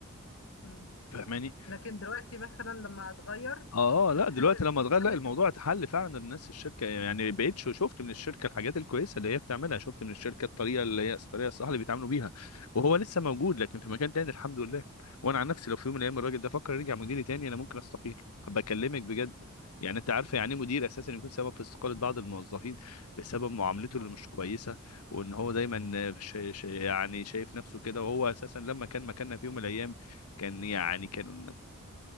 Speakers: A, on the left; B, on the left.
A: مم.
B: فاهماني
A: لكن دلوقتي مثلا لما هتغير
B: اه لا
A: فتحل
B: دلوقتي لما اتغير
A: تحل
B: لا الموضوع اتحل فعلا الناس الشركه يعني بقيت شو- شفت من الشركه الحاجات الكويسه اللي هي بتعملها شفت من الشركه الطريقه اللي هي الطريقه الصح اللي بيتعاملوا بيها وهو لسه موجود لكن في مكان تاني الحمد لله وانا عن نفسي لو في يوم من الايام الراجل ده فكر يرجع مديري تاني انا ممكن استقيل بكلمك بجد يعني انت عارفه يعني ايه مدير اساسا يكون سبب في استقاله بعض الموظفين بسبب معاملته
A: اه
B: اللي مش كويسه وان هو دايما ش... ش... يعني شايف نفسه كده وهو اساسا لما كان مكاننا في يوم من الايام كان يعني كان